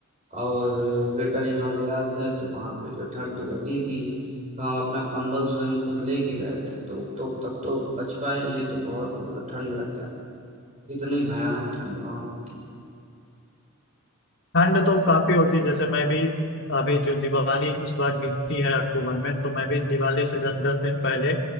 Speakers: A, on the right (about 30°); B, on the left (about 55°).
A: और ग्रेटर हिमालयाज है तो वहां पे जो ठंड तो लगेगी ही। तो हम अपना कंबल स्वयं खुद लेके गए थे तो तो तब तो बच पाए नहीं तो बहुत मतलब ठंड लग जाती इतनी भयानक ठंड वहां होती
B: ठंड तो काफी होती है जैसे मैं भी अभी जो दिवाली इस बार बीतती है अक्टूबर में तो मैं भी दिवाली से जस्ट दस दिन पहले